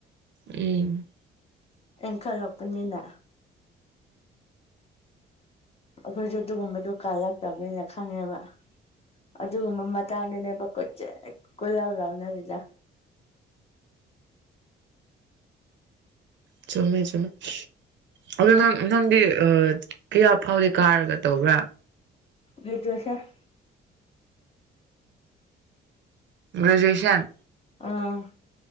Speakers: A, on the right (about 65°); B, on the left (about 30°).
A: ꯎꯝ
B: ꯏꯟꯈꯠꯂꯛꯄꯅꯤꯅ ꯑꯩꯈꯣꯏꯁꯨ ꯑꯗꯨꯒꯨꯝꯕꯗꯣ ꯀꯥꯜꯂꯛꯇꯕꯅꯤꯅ ꯈꯪꯉꯦꯕ ꯑꯗꯨꯒꯨꯝꯕ ꯃꯇꯥꯡꯗꯨꯅꯦꯕ ꯀꯣꯏꯆꯠ ꯀꯣꯏꯂꯥꯎ ꯂꯥꯎꯅꯔꯤꯗꯣ
A: ꯆꯨꯝꯃꯦ ꯆꯨꯝꯃꯦ ꯑꯗꯣ ꯅꯪ ꯅꯪꯗꯤ ꯑ ꯀ꯭ꯌꯥ ꯐꯥꯎꯗꯤ ꯀꯥꯔꯒ ꯇꯧꯕ꯭ꯔꯥ
B: ꯒ꯭ꯔꯦꯖꯨꯌꯦꯁꯔ
A: ꯒ꯭ꯔꯦꯖꯨꯌꯦꯁꯟ
B: ꯑꯥ